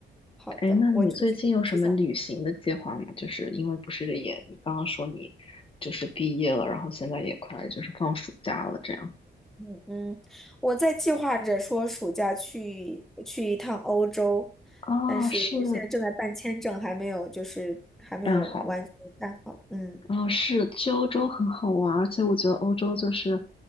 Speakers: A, in the centre; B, on the left.
A: 好的，
B: 哎，那你最近有什么旅行的计划吗？
A: 我就是一直想。
B: 就是因为不是也，你刚刚说你就是毕业了，然后现在也快就是放暑假了，这样。
A: 嗯，嗯，我在计划着说暑假去去一趟欧洲，
B: 啊，
A: 但是现在正在办签证，
B: 是，
A: 还没有就是还没有完全办好。
B: 那好。
A: 嗯，
B: 哦，是，去欧洲很好玩儿而且我觉得欧洲就是